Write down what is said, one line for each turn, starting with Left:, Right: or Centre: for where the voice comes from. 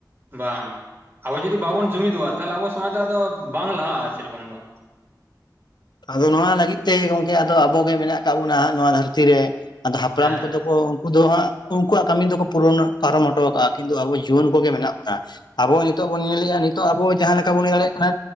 Right: ᱵᱟᱝ, ᱟᱵᱚ ᱡᱩᱫᱤ ᱵᱟᱵᱚᱱ ᱡᱩᱢᱤᱫᱚᱜᱼᱟ ᱛᱟᱦᱚᱞᱮ ᱟᱵᱚ ᱥᱚᱢᱟᱡᱽ ᱫᱚ ᱟᱫᱚ ᱵᱟᱝ ᱞᱟᱦᱟᱜᱼᱟ ᱥᱮᱨᱚᱠᱚᱢ ᱫᱚ᱾
Left: ᱟᱫᱚ ᱱᱚᱣᱟ ᱞᱟᱹᱜᱤᱫ ᱛᱮ ᱜᱚᱝᱠᱮ ᱟᱫᱚ ᱟᱵᱚᱜᱮ ᱢᱮᱱᱟᱜ ᱠᱟᱜ ᱵᱚᱱᱟ ᱱᱚᱣᱟ ᱫᱷᱟᱹᱨᱛᱤ ᱨᱮ᱾ ᱟᱫᱚ ᱦᱟᱯᱲᱟᱢ
Right: ᱦᱮᱸ
Left: ᱠᱚᱫᱚ ᱠᱚ ᱩᱱᱠᱩ ᱫᱚ ᱦᱟᱸᱜ ᱩᱱᱠᱩᱟᱜ ᱠᱟᱹᱢᱤ ᱫᱚᱠᱚ ᱯᱩᱨᱚᱱ ᱯᱟᱨᱚᱢ ᱦᱚᱴᱚ ᱠᱟᱜᱼᱟ ᱠᱤᱱᱛᱩ ᱟᱵᱚ ᱡᱩᱣᱟᱹᱱ ᱠᱚᱜᱮ ᱢᱮᱱᱟᱜ ᱵᱚᱱᱟ᱾ ᱟᱵᱚ ᱱᱤᱛᱚᱜ ᱵᱚᱱ ᱧᱮᱞᱮᱜᱼᱟ ᱱᱤᱛᱚᱜ ᱟᱵᱚ ᱡᱟᱦᱟᱸ ᱞᱮᱠᱟ ᱵᱚᱱ ᱞᱟᱹᱭ ᱫᱟᱲᱮᱭᱟᱜ ᱠᱟᱱᱟ